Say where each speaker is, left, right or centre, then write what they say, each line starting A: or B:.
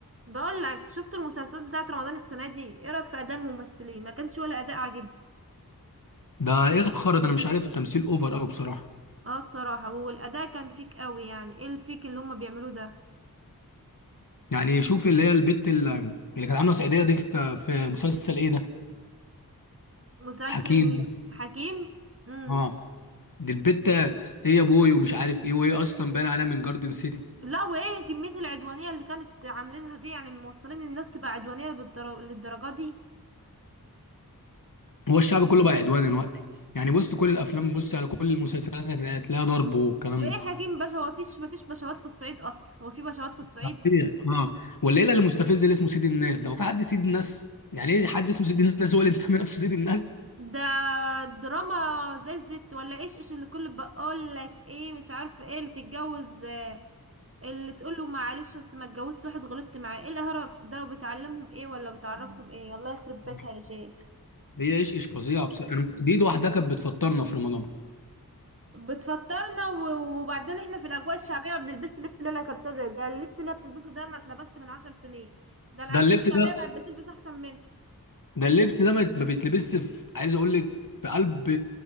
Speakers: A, on the right; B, on the left.
A: بقول لك شفت المسلسلات بتاعت رمضان السنه دي ايه رايك في اداء الممثلين ما كانش ولا اداء عاجبني
B: ده ايه الخرا ده انا مش عارف التمثيل اوفر قوي بصراحه
A: اه الصراحه والاداء كان فيك قوي يعني ايه الفيك اللي هما بيعملوه ده
B: يعني شوف اللي هي البت اللي, اللي كانت عامله سعيديه دي في في مسلسل ايه ده
A: مسلسل
B: حكيم
A: مين
B: ده.
A: حكيم امم
B: اه دي البت ايه يا بوي ومش عارف ايه وهي اصلا باين عليها من جاردن سيتي
A: لا وايه كميه العدوانيه اللي كانت عاملينها دي يعني موصلين الناس تبقى عدوانيه بالدر... للدرجه دي
B: هو الشعب كله بقى عدواني دلوقتي يعني بص كل الافلام بص على كل المسلسلات هتلاقيها ضرب والكلام
A: وايه
B: ده
A: حكيم باشا هو مفيش مفيش بشوات في الصعيد اصلا هو في بشوات في الصعيد
B: صحيح اه والليله اللي مستفز اللي اسمه سيد الناس ده وفي حد سيد الناس يعني ايه حد اسمه سيد الناس هو اللي مسمي نفسه سيد الناس
A: ده دراما زي الزفت ولا ايش ايش اللي كل بقول لك ايه مش عارفه ايه اللي تتجوز آه، اللي تقول له معلش بس ما اتجوزت واحد غلطت معاه ايه القرف ده وبتعلمهم ايه ولا بتعرفهم ايه الله يخرب بيتها
B: <laughs>
A: يا شيخ
B: هي ايش ايش فظيعه بصراحه أنا- دي لوحدها كانت بتفطرنا في رمضان
A: بتفطرنا و- وبعدين احنا في الاجواء الشعبيه ما بنلبسش لبس لا لا كبسه ده ده اللبس اللي هي بتلبسه ده ما اتلبس من عشر سنين ده الاجواء
B: ده اللبس
A: الشعبيه
B: ده
A: بقت بتلبس احسن منه
B: ده اللبس ده ما يت- ما بيتلبسش في عايز اقول لك في قلب